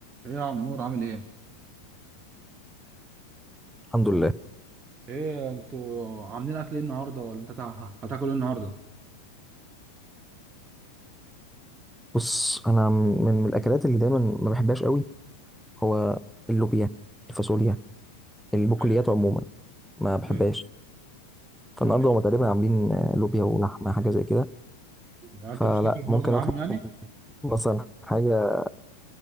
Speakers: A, on the right (about 20°); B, in the centre.
A: ايه يا عمور عامل ايه؟
B: الحمد لله
A: ايه انتوا عاملين اكل ايه النهارده ولا انت تع- هتاكل ايه النهارده؟
B: بص انا من من الاكلات اللي دايما ما بحبهاش قوي هو اللوبيا الفاصوليا البقوليات
A: ايوه
B: عموما ما بحبهاش
A: ايوه
B: فالنهارده
A: أيوة.
B: هما تقريبا عاملين آه، لوبيا ولحمه حاجه زي كده
A: يعني
B: فلا
A: انت مش تاكل النهارده
B: ممكن
A: معاهم
B: اطلب
A: يعني
B: مثلا حاجه